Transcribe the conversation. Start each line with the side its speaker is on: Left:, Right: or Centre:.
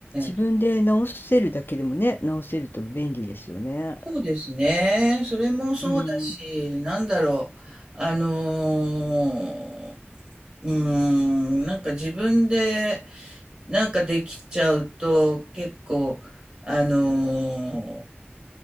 Left: 自分で直せるだけでもね、
Right: え、
Left: 直せると便利ですよね。
Right: そうですね。それもそうだし、
Left: うん。
Right: なんだろう。あのーうーん、なんか自分で、なんかできちゃうと、結構、あのー